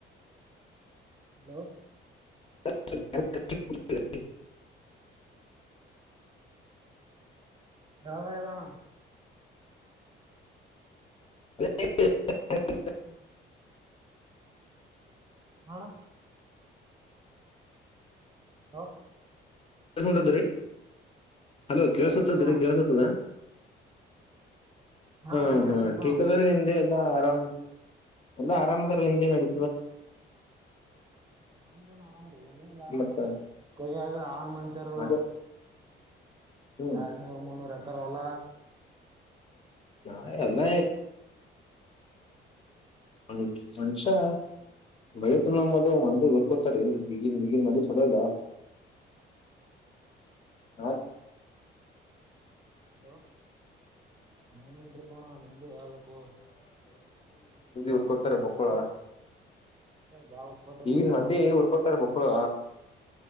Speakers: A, on the right; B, on the left.
A: ಹಲೋ
B: <inaudible>
A: ಬರಲಾಗದಣ್ಣ
B: <inaudible>
A: <unintelligible> ಆ ಅಣ್ಣ ಹಲೋ
B: ಏನ್ ಮಾಡಿದ್ರಿ ಹಲೋ
A: ಹಾ
B: ಕೇೇಳಸತ್ತದ್ರೀ
A: ಕೇಳ್ಸುತ್ತಣ
B: ಕೇಳಸತ್ತದ ಹಾ
A: ಅಣ್ಣ
B: ಹಾ
A: ಕೇಳ್ಸುತ್ತಣ
B: ಕ್ ಅದ್ರೀ ನಿಮ್ದೇ ಎಲ್ಲ ಆರಾಮ್ ಎಲ್ಲಾ ಆರಾಮದರ ನಿಂದೆ ನಡಿ
A: ನಮ್ದನ ಆರಾಮತವಿ ನಿಮ್ದ ಆರಾಮ
B: ಮತ್ತ
A: ಕೊಯ್ಯಾಗ ಮಸರು
B: ಅದು ಹ್ಮ್
A: ಎರಡ್ನೂರ್ ಮುೂರ ವಲ
B: ಹಾ ಅಲ್ಲ ಮ ಮನುಷ್ಯ ಬೆಳತ ನಮ್ಮದು ಮಂದ ಊರ್ಕೋತಾರೆ ಈಗನ್ ಈಗನ್ ಮಂದ ಚಲೋಯಿಲ್ಲ ಹಾ
A: ಹಲೋ ನೀನುನ್ರುಕೋಣ ನಿಮ್ದ ಯಾವಬೇಕಪ್ಪು
B: ಉುರ್ಕೊತಾರೆ ಬಕ್ಕಳ
A: ಬಾಳ್ ಓದ್ಕೋತಾರಿ
B: ಈಗಿನ
A: ಅಣ್ಣ
B: ಮಂದಿ ಉರ್ಕೋತಾರೆ ಮಕ್ಕಳು